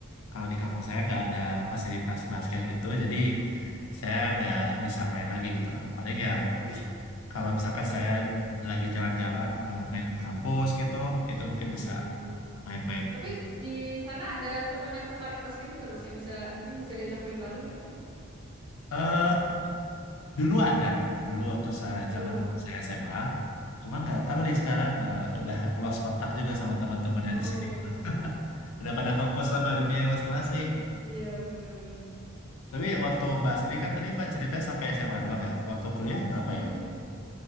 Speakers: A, on the left (about 80°); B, on the right (about 25°).
A: kalau di kampung saya nggak ada fasilitas basket gitu jadi
B: Hmm.
A: saya nggak bisa main lagi gitu lah paling ya
B: Tapi
A: kalau misalkan saya lagi jalan-jalan ke main ke kampus gitu itu mungkin
B: hmm,
A: bisa main-main
B: tapi di sana ada teman yang tertarik basket juga Mas yang bisa mungkin bisa diajak main bareng gitu.
A: ya Dulu ada, dulu waktu saya
B: Ah.
A: zaman saya SMA, cuman nggak tahu deh sekarang eh, udah lost kontak juga sama teman-teman
B: Oh.
A: yang di sini gitu. Udah pada fokus sama dunia masing-masing.
B: Iya, bener-bener.
A: Tapi waktu Mbak sendiri kan tadi Mbak ceritanya sampai SMA doang ya. Waktu kuliah ngapain?
B: Hmm,